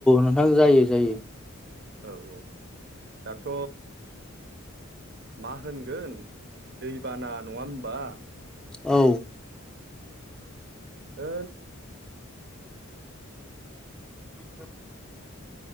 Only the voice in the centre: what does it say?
नोंथां जायो जायो।
औ
<unintelligible>